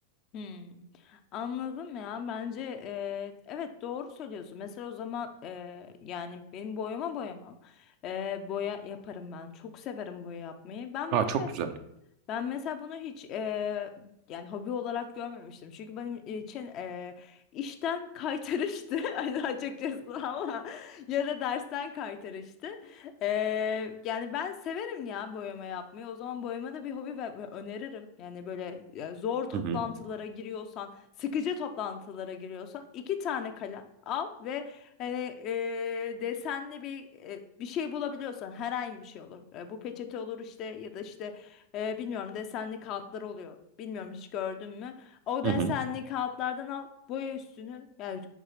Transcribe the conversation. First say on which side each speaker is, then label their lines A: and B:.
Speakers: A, on the left (about 35°); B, on the right (about 40°).
A: Hmm, anladım ya bence e, evet doğru söylüyorsun mesela o zaman e, yani benim boyama boyamam E, boya yaparım ben çok severim boya yapmayı ben
B: Aa,
A: bunu
B: çok
A: mesela
B: güzel.
A: ben mesela bunu hiç eee, yani hobi olarak görmemiştim. Çünkü benim için eee, işten kaytarıştı <laughs> hani açıkçası ama ya da dersten kaytarıştı. Eee, yani ben severim ya boyama yapmayı. O zaman boyama da bir hobi ve ve öneririm. Yani böyle ya zor toplantılara
B: Hı hı.
A: giriyorsan, sıkıcı toplantılara giriyorsan iki tane kalem al ve Hani eee, desenli bir e, bir şey bulabiliyorsan herhangi bir şey olur. E, bu peçete olur işte ya da işte ee, bilmiyorum desenli kağıtlar oluyor. Bilmiyorum hiç gördün mü? O desenli
B: Hı hı.
A: kağıtlardan al boya üstünü. Yani